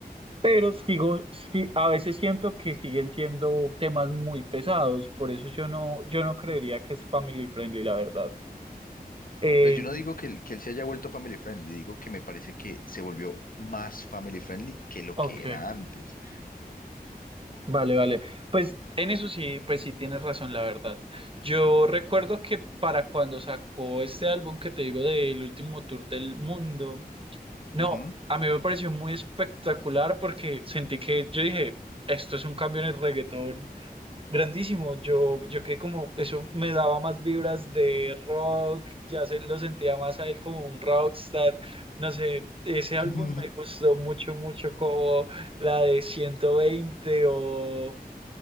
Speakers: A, on the right; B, on the left.
A: Pero sigo, sí, a veces siento que siguen siendo temas muy pesados, por eso yo no, yo no creería que es family friendly, la verdad. Eh,
B: Pues yo no digo que, él- que él se haya vuelto family friendly, digo que me parece que se volvió más family friendly que lo
A: ok,
B: que era antes.
A: vale, vale. Pues en eso sí, pues sí tienes razón, la verdad. Yo recuerdo que para cuando sacó este álbum que te digo del último tour del mundo, no,
B: Ujú.
A: a mí me pareció muy espectacular porque sentí que yo dije, esto es un cambio en el reggaetón Grandísimo, yo, yo que como eso me daba más vibras de rock, ya se lo sentía más a él como un rockstar, no sé, ese
B: <laughs>
A: álbum me gustó mucho, mucho como la de 120 o,